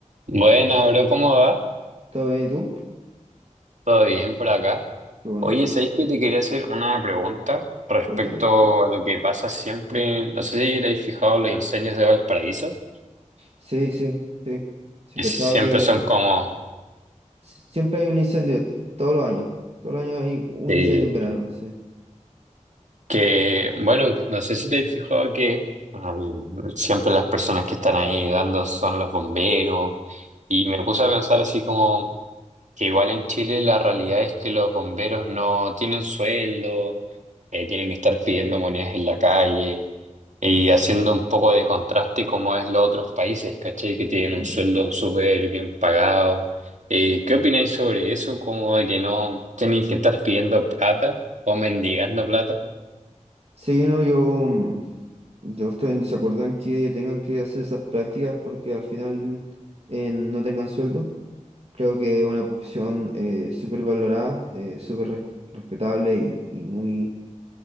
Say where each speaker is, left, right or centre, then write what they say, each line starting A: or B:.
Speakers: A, on the right (about 70°); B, on the right (about 50°).
A: Buena, bro, ¿cómo va?
B: ¿Todo bien y tú?
A: ¿Todo bien por acá?
B: Qué bueno,
A: Oye, ¿sabéis que te quería hacer una pregunta respecto
B: cuéntame.
A: a lo que pasa siempre? No sé si te habéis fijado los incendios de Valparaíso,
B: Sí, sí, sí. Sí,
A: que
B: cachado
A: siempre
B: que
A: son como
B: s- siempre hay un incendio, todos los años. Todos los años hay un
A: eh,
B: incendio en verano, sí.
A: que, bueno, no sé si te habéis fijado que um, siempre las personas que están ahí dando son los bomberos y me puse a pensar así como que igual en Chile la realidad es que los bomberos no tienen sueldo, eh, tienen que estar pidiendo monedas en la calle. Y haciendo un poco de contraste como es los otros países, ¿cachai? Que tienen un
B: Mm.
A: sueldo súper bien pagado. Eh, ¿qué opináis sobre eso? Como de que no tienen que estar pidiendo plata o mendigando plata.
B: Sí, no, yo, mm, yo estoy en desacuerdo en que tengan que hacer esas prácticas porque al final eh, no tengan sueldo. Creo que es una profesión eh, súper valorada, eh, súper res- respetable y, y muy